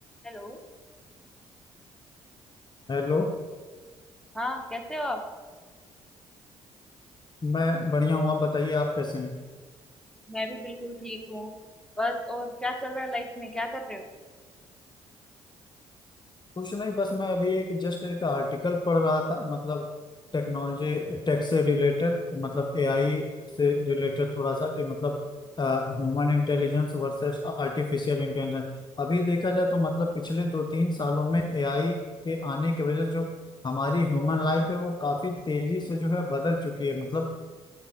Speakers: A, in the centre; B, on the left.
A: Hello
B: Hello
A: हाँ कैसे हो आप
B: मैं बढ़िया हूँ आप बताइए आप कैसे हैं
A: मैं भी बिल्कुल ठीक हूँ बस और क्या चल रहा है लाइफ में क्या कर रहे हो
B: कुछ नहीं बस मैं अभी एक जस्ट एक आर्टिकल पढ़ रहा था मतलब टेक्नोलॉजी टेक से रिलेटेड मतलब एआई से रिलेटेड थोड़ा सा कि मतलब human intelligence versus artificial intelligence अभी देखा जाए तो मतलब पिछले दो तीन सालों में एआई के आने की वजह से जो हमारी ह्यूमन लाइफ है वो काफी तेजी से जो है बदल चुकी है मतलब